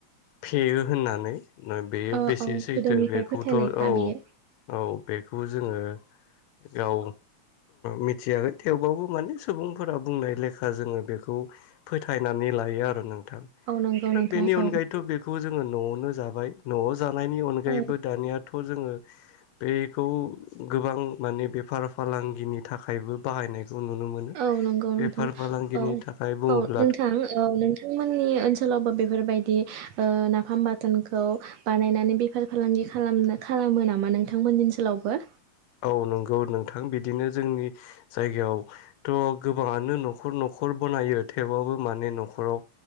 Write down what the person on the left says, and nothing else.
फेयो होननानै बेयो
बेसे
सैथो
बेखौथ'
औ
औ बेखौ जोङो गाव मिथियाखै थेवबाबो माने सुबुंफोरा बुंनाय लेखा जोङो बेखौ फोथायनानै लायो आरो नों थां
बाथ
बेनि
अनगायैथबो बेखौ जों जङो न'आवनो जाबाय न'आव जानायनि अनगायैबो
दानिया थ' जोङो बेखौ गोबां माने बेफार फालांगिनि थाखायबो बाहायनाय खौ नुनो मोनो
बेफार फालांगिनि
थाखाय बुङोब्ला
औ नोंगौ नोंथां बिदिनो जोंनि जायगायावथ' गोबाङानो न'खर न'खर बनायो थेवबाबबो माने न'खराव